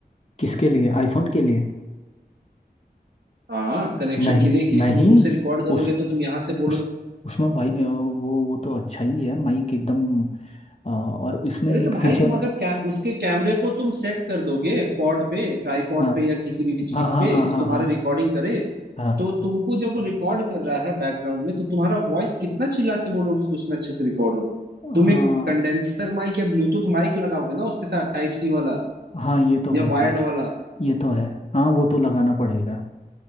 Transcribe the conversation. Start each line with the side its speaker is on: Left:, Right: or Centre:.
Left: किसके लिए आईफोन के लिए
Right: हाँ कनेक्शन
Left: नहीं
Right: के लिए कि
Left: नहीं
Right: तुम दूर से रिकॉर्ड करोगे
Left: उस
Right: तो तुम यहाँ से बोलो
Left: उस उसमें भाई अ, वो वो तो अच्छा ही है माइक एकदम हाँ, और इसमें
Right: अरे
Left: एक
Right: तो भाई
Left: फीचर
Right: तुम अगर कै, उसके कैमरे को तुम सेट कर दोगे पॉड पे ट्राईपॉड
Left: हाँ
Right: पे या किसी भी चीज
Left: हाँ हाँ
Right: पे
Left: हाँ
Right: कि
Left: हाँ
Right: तुम्हारा
Left: हाँ
Right: रिकॉर्डिंग करे
Left: हाँ
Right: तो तुमको जब वो रिकॉर्ड कर रहा है बैकग्राउंड में तो तुम्हारा वॉइस कितना चिल्ला के बोलोगे कि उसमें अच्छे से रिकॉर्ड हो तुम
Left: हाँ
Right: एक कंडेंसर माइक या ब्लूटूथ माइक लगाओगे ना उसके साथ टाइप सी वाला
Left: हाँ ये तो है
Right: या
Left: खैर
Right: वायर्ड वाला
Left: ये तो है हाँ वो तो लगाना पड़ेगा